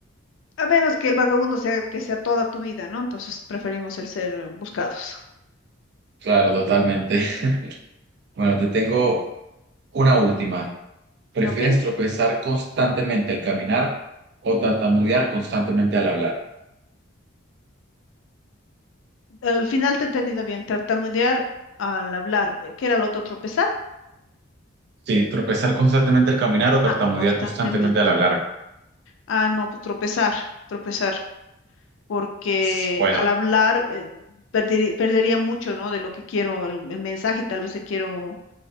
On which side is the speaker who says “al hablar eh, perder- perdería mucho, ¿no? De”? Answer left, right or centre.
Left